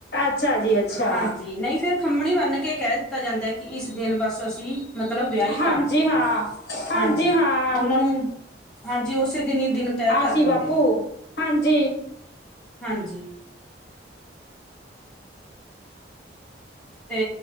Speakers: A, on the left; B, in the centre.
A: ਅੱਛਾ ਜੀ ਅੱਛਾ,
B: ਹਾਂਜੀ ਨਹੀਂ ਫੇਰ ਖੰਮਣੀ ਬੰਨ ਕੇ ਕਹਿ ਦਿੱਤਾ ਜਾਂਦਾ ਹੈ ਕਿ ਇਸ ਦਿਨ ਬਸ ਅਸੀਂ ਮਤਲਬ ਵਿਆਹੀ
A: ਹਾਂਜੀ
B: ਕਰਾਂਗੇ
A: ਹਾਂ,
B: ਹਾਂਜੀ
A: ਹਾਂ।
B: ਉਹਨਾਂ ਨੂੰ ਹਾਂਜੀ ਉਸੇ ਦਿਨ ਦਿਨ ਤੈਅ
A: ਆਸੀ
B: ਕਰ
A: ਵਾਤੂ
B: ਦਿੰਦੇ ਨੇ
A: ਹਾਂਜੀ
B: ਹਾਂਜੀ ਤੇ